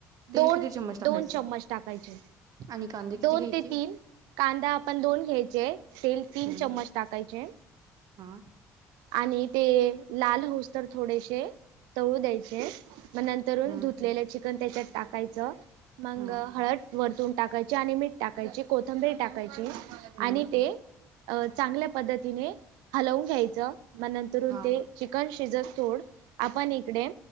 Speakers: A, on the right; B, on the right.
A: तेल
B: दोन
A: किती चम्मच टाकायचं?
B: दोन चम्मच टाकायचे
A: आणि कांदे किती
B: दोन
A: घ्यायचे?
B: ते तीन कांदा आपण दोन घ्यायचे तेल तीन
A: हम्म
B: चम्मच टाकायचे
A: हा
B: आणि ते लाल होऊस तर थोडेसे तळू द्यायचे मग नंतर
A: हम्म
B: धु घलेलं चिकन त्याच्यात टाकायचं मग
A: हा
B: हळद वरतून टाकायची आणि मीठ टाकायचे कोथंबरी टाकायची
A: हम्म
B: आणि ते अ चांगल्या पद्धतीने हलवून घ्यायचं मग नंतरून
A: हा
B: ते चिकन शिजत तोड आपण इकडे